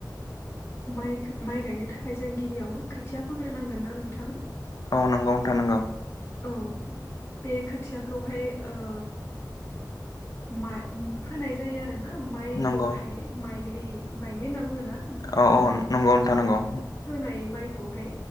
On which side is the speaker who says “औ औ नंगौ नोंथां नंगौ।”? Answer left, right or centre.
Left